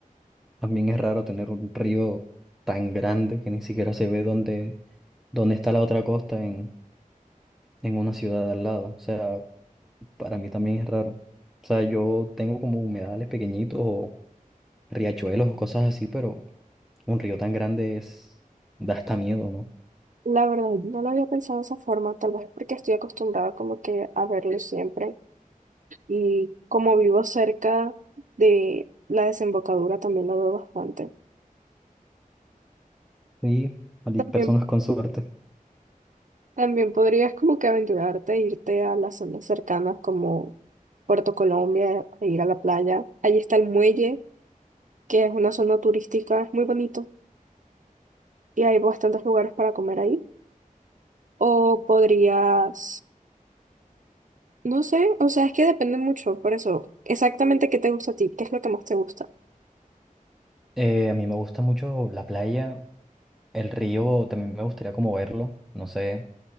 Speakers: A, in the centre; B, on the right.
A: también es raro tener un río tan grande que ni siquiera se ve dónde, dónde está la otra costa en, en una ciudad al lado. O sea, para mí también es raro. O sea, yo tengo como humedales pequeñitos o riachuelos o cosas así, pero un río tan grande es, da hasta miedo, ¿no?
B: La verdad, no lo había pensado de esa forma, tal vez porque estoy acostumbrada como que a verlo siempre y como vivo cerca de la desembocadura también lo veo bastante.
A: Sí, hay
B: También,
A: personas con suerte.
B: también podrías como que aventurarte, e irte a las zonas cercanas como Puerto Colombia, e ir a la playa. Allí está el muelle, que es una zona turística, es muy bonito y hay bastantes lugares para comer ahí. O podrías No sé, o sea, es que depende mucho, por eso, exactamente qué te gusta a ti, qué es lo que más te gusta.
A: Eh, a mí me gusta mucho la playa, el río también me gustaría como verlo, no sé.